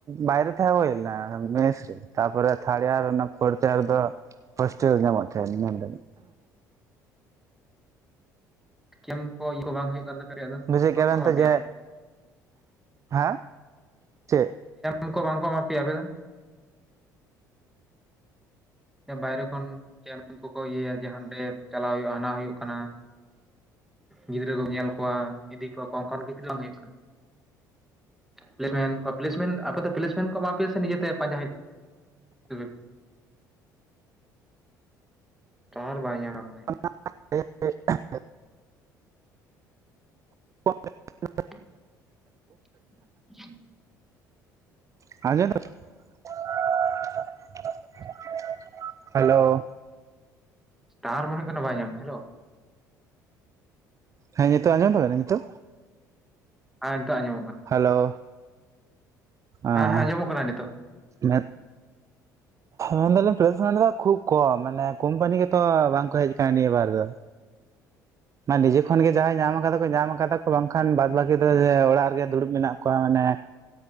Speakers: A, on the right; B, in the centre.
A: ᱵᱟᱭᱨᱮ ᱛᱟᱦᱮᱸ ᱦᱳᱭ ᱞᱮᱱᱟ ᱢᱮᱥ ᱨᱮ ᱛᱟᱨᱯᱚᱨᱮ ᱛᱷᱟᱨᱰ ᱤᱭᱟᱨ ᱯᱷᱳᱨᱛ ᱤᱭᱟᱨ ᱫᱚ ᱦᱳᱥᱴᱮᱞ ᱧᱟᱢᱚᱜ ᱛᱟᱦᱮᱫ
B: ᱠᱮᱢᱯ ᱠᱚ ᱤᱭᱟᱹ ᱠᱚ ᱵᱟᱝ ᱦᱳᱭᱳᱜ ᱠᱟᱱ ᱛᱟᱯᱮᱭᱟ ᱟᱫᱚ
A: ᱵᱩᱡᱷᱮᱫ <unintelligible>
B: ᱵᱟᱝᱠᱚ
A: ᱠᱮᱭᱟᱵᱱ
B: ᱮᱢᱟ
A: ᱛᱚ
B: ᱯᱮᱭᱟ
A: ᱡᱮ ᱦᱮᱸ ᱪᱮᱫ
B: ᱩᱱᱠᱩ ᱵᱟᱝ ᱠᱚᱢᱟᱯᱤᱭᱟ ᱟᱯᱮᱫᱚ ᱵᱟᱭᱨᱮ ᱠᱷᱚᱱ ᱠᱮᱢᱯ ᱠᱚᱠᱚ ᱤᱭᱟᱹᱭᱟ ᱡᱟᱦᱟᱸ ᱪᱟᱞᱟᱣ ᱦᱩᱭᱩᱜᱼᱟ ᱦᱟᱱᱟ ᱦᱩᱭᱩᱜ ᱠᱟᱱᱟ ᱜᱤᱫᱽᱨᱟᱹ ᱠᱚᱢ ᱧᱮᱞ ᱠᱚᱣᱟ ᱤᱫᱤ ᱠᱚᱣᱟ ᱠᱚ ᱚᱱᱠᱟᱱ ᱠᱤᱪᱷᱩ ᱵᱟᱝ ᱦᱩᱭᱩᱜ ᱠᱟᱱᱟ <unintelligible> ᱟᱯᱮ ᱫᱚ ᱯᱞᱮᱥᱢᱮᱱᱴ ᱠᱚ ᱮᱢᱟ ᱯᱮᱭᱟ ᱥᱮ ᱱᱤᱡᱮᱛᱮ ᱯᱟᱸᱡᱟ ᱦᱩᱭᱩᱜ ᱴᱟᱣᱟᱨ ᱵᱟᱝ ᱮ ᱧᱟᱢᱟ ᱫᱟ
A: ᱦ <unintelligible> <unintelligible>
B: <inaudible>
A: <unintelligible> ᱦᱮᱞᱳ
B: ᱴᱟᱣᱟᱨ ᱢᱚᱱᱮ ᱠᱟᱱᱟ ᱵᱟᱭ ᱧᱟᱢ ᱫᱟ ᱦᱮᱞᱳ
A: ᱦᱮ ᱱᱤᱛᱚᱜ ᱟᱸᱡᱚᱢ ᱫᱚᱵᱮᱱᱟ ᱱᱤᱛᱚᱜ
B: ᱦᱮ ᱱᱤᱛᱳᱜ ᱟᱸᱡᱚᱢᱚᱜ ᱠᱟᱱᱟ
A: ᱦᱮᱞᱳ ᱟᱨ
B: ᱦᱮᱸ ᱦᱮᱸ ᱟᱸᱡᱚᱢᱚᱜ ᱠᱟᱱᱟ ᱱᱤᱛᱚᱜ
A: ᱢᱮᱫ ᱢᱮᱱᱫᱟᱞᱤᱧ ᱯᱞᱮᱥᱢᱮᱱᱴ ᱫᱚ ᱠᱷᱩᱵ ᱠᱚᱢ ᱢᱟᱱᱮ ᱠᱳᱢᱯᱟᱱᱤ ᱜᱮᱛᱚ ᱵᱟᱝᱠᱚ ᱦᱮᱡ ᱟᱠᱟᱱᱟ ᱱᱤᱭᱟᱹ ᱵᱟᱨ ᱫᱚ ᱢᱟᱱ ᱱᱤᱡᱮ ᱠᱷᱚᱱᱜᱮ ᱡᱟᱦᱟᱸᱭ ᱧᱟᱢ ᱠᱟᱫᱟ ᱠᱚ ᱧᱟᱢ ᱠᱟᱫᱟ ᱠᱚ ᱵᱟᱝᱠᱷᱟᱱ ᱵᱟᱫ ᱵᱟᱹᱠᱤ ᱫᱚ ᱚᱲᱟᱜ ᱨᱮᱜᱮ ᱫᱩᱲᱩᱵ ᱢᱮᱱᱟᱜ ᱠᱚᱣᱟ ᱢᱟᱱᱮ